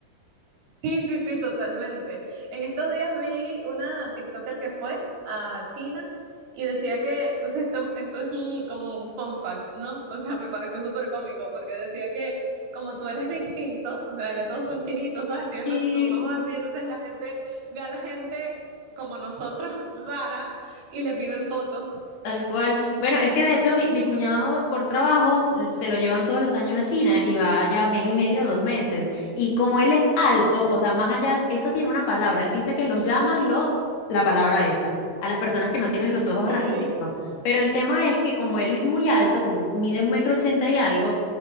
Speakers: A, on the right; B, on the left.
A: Sí, sí, sí, totalmente. En estos días vi una TikToker que fue a China y decía que, o sea, esto, esto es un- como un fun fact, ¿no? O sea, me pareció súper cómico porque decía que como tú eres distinto, o sea, ya todos son chinitos, ¿sabes? Tienes
B: Sí,
A: los, los ojos así, entonces la gente ve a la gente como nosotros rara y les piden fotos,
B: Tal cual. Bueno, es que de hecho mi, mi cuñado por trabajo l- se lo llevan todos los años a China y va ya mes y medio, dos meses. Y como él es alto, o sea, más allá, eso tiene una palabra. Él dice que los llaman los, la palabra esa, a las personas que no tienen los ojos
A: ¿ok?
B: rasgados. Pero el tema es que como él es muy alto, como mide un metro ochenta y algo,